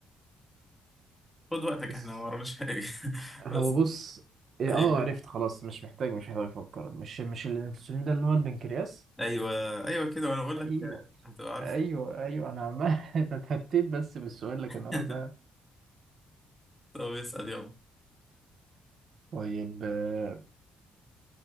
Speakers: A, in the centre; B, on the right.
A: خد وقتك
B: اس-
A: احنا ما وراناش حاجه <laughs>
B: هو
A: بس
B: بص إيه،
A: ايوه
B: أه عرفت خلاص مش محتاج مش محتاج أفكر مش مش الأنسولين ده اللي هو البنكرياس؟
A: ايوه ايوه كده وانا بقول لك
B: ايوه
A: آه، هتبقى عارف
B: ايوه ايوه انا عمال <laughs> اتهتيت بس بالسؤال لكن
A: <laughs>
B: هو سهل
A: طب اسال يلا
B: طيب آه،